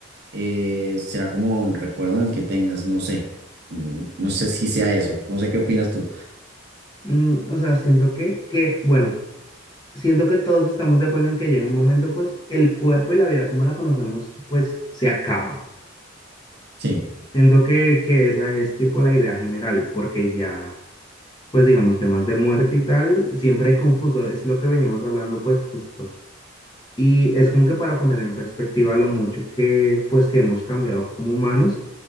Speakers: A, on the right (about 50°); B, on the left (about 20°).
A: eh, será como el recuerdo en el que tengas, no sé. Mm, No sé si sea eso, no sé qué opinas tú.
B: Mm, o sea, siento que, que, bueno, siento que todos estamos de acuerdo en que llega un momento, pues, el cuerpo y la vida como la conocemos, pues, se acaba.
A: Sí,
B: Siento que, que esa es tipo la idea general, porque ya, pues, digamos, temas de muerte y tal, siempre hay confuso, es lo que veníamos hablando, pues, justo Y es como que para poner en perspectiva lo mucho que, pues, que hemos cambiado como humanos